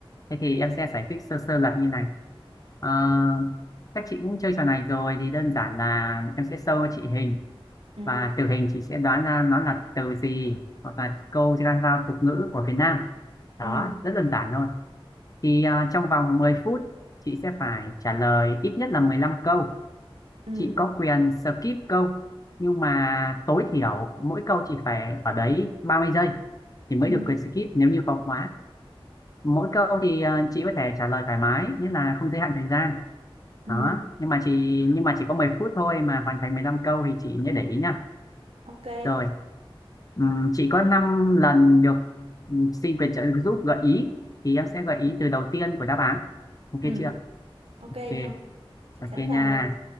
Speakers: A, on the left; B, on the right.
A: thế thì em sẽ giải thích sơ sơ luật như này Ờ, các chị cũng chơi trò này rồi thì đơn giản là em sẽ show chị hình
B: Ừ,
A: và từ hình chị sẽ đoán ra nó là từ gì hoặc là câu dân gian tục ngữ của Việt Nam đó
B: ừ,
A: rất đơn giản thôi thì ờ, trong vòng 10 phút chị sẽ phải trả lời ít nhất là 15 câu
B: ừ,
A: chị có quyền skip câu nhưng mà tối thiểu mỗi câu chị phải ở đấy 30 giây thì mới
B: ừ,
A: được
B: ừ,
A: quyền skip nếu như có khóa mỗi câu thì ờ, chị có thể trả lời thoải mái nghĩa là không giới hạn thời gian
B: ừ,
A: đó nhưng mà chị nhưng mà chỉ có 10 phút thôi mà hoàn thành 15 câu thì chị nhớ để ý nha
B: ok.
A: rồi ừm, chị có 5 lần được ừm, xin về trợ giúp gợi ý thì em sẽ gợi ý từ đầu tiên của đáp án ok
B: Ừ,
A: chưa
B: ok
A: ok
B: nha. Chị
A: ok
B: sẵn sàng
A: nha
B: rồi.